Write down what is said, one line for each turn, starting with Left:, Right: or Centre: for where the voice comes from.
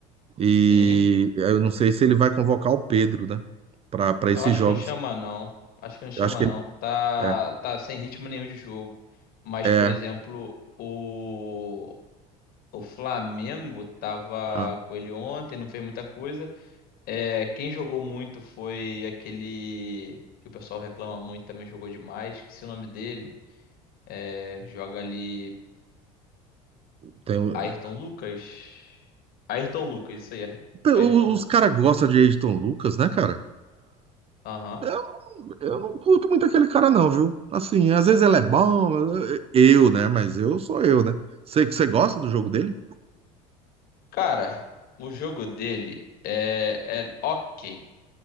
Right: E
Left: Sim.
Right: eu não sei se ele vai convocar o Pedro, né, para para esses
Left: Eu acho
Right: jogos.
Left: que não chama não. Acho que não chama
Right: Eu acho que
Left: não.
Right: ele.
Left: Tá,
Right: É,
Left: tá sem ritmo nenhum de jogo. Mas,
Right: é,
Left: por exemplo, o o Flamengo tava
Right: ah,
Left: com ele ontem, não fez muita coisa. É, quem jogou muito foi aquele que o pessoal reclama muito, também jogou demais, esqueci o nome dele. É, joga ali
Right: tem, o-
Left: Ayrton Lucas. Ayrton Lucas, isso aí, Ay-
Right: o-
Left: Ayrton Lucas.
Right: os caras gostam de Ayrton Lucas, né, cara?
Left: Aham.
Right: É, Eu não curto muito aquele cara, não, viu? Assim, às vezes ele é bom, eu, né? Mas eu sou eu, né? Você, você gosta do jogo dele?
Left: Cara, o jogo dele é, é ok.